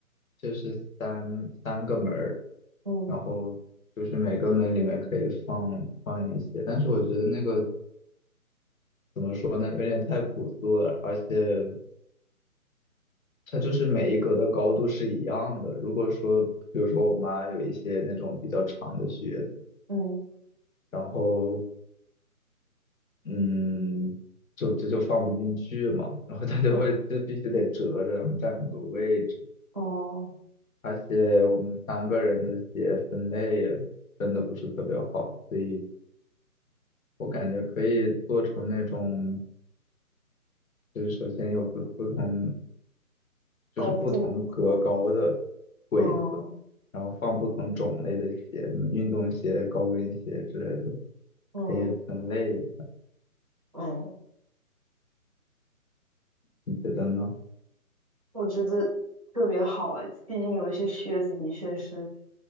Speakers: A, on the left (about 65°); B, on the right (about 25°).
A: 就是三三个门儿，
B: 嗯
A: 然后就是每个门里面可以放放一些。但是我觉得那个怎么说呢，有点太朴素了，而且它就是每一格的高度是一样的。如果说，比如说我妈有一些那种比较长的靴子，
B: 嗯，
A: 然后。嗯，就这就放不进去嘛，然后他就会就必须得折着，
B: 对，
A: 然后占很多位置，
B: 哦，
A: 而且我们三个人的鞋分类也分的不是特别好，所以我感觉可以做成那种，就是首先有不不同，就是不同格高的
B: 高度，
A: 柜子，
B: 嗯
A: 然后放不同种类的鞋，什么运动鞋、高跟鞋之类的，
B: 嗯
A: 可以分类，
B: 嗯，
A: 你觉得呢？
B: 我觉得特别好啊，毕竟有一些靴子的确是